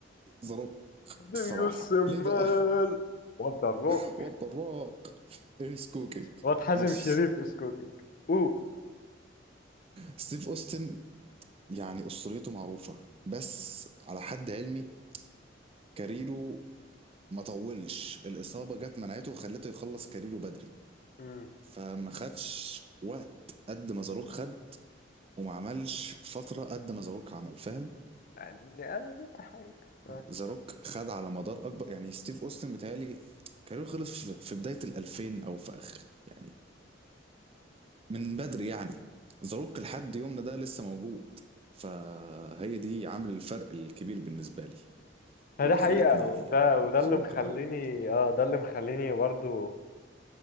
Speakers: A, on the right; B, on the left.
A: ذا روك
B: ديوس
A: الصراحه
B: السمال
A: ليه بقى
B: وات ذا روك
A: <laughs> وات ذا روك از كوكينج
B: واد حازم
A: بص
B: شريف از كوكينج اوه
A: ستيف اوستن يعني اسطوريته معروفه بس على حد علمي كاريره ما طولش الإصابة جت منعته وخلته يخلص كاريره بدري
B: مم.
A: فما خدش وقت قد ما زاروك خد وما عملش فترة قد ما زاروك عمل فاهم
B: يعني آه، ده حقيقة آه.
A: زاروك خد على مدار أكبر يعني ستيف أوستن بيتهيألي كاريره خلص في في بداية الألفين أو في آخر يعني من بدري يعني زاروك لحد يومنا ده لسه موجود فهي دي عامل الفرق الكبير بالنسبة لي
B: ده
A: اللي
B: حقيقة
A: خلتني
B: وده
A: أحط
B: وده
A: زاروك
B: اللي مخليني
A: الأول
B: اه ده اللي مخليني برضو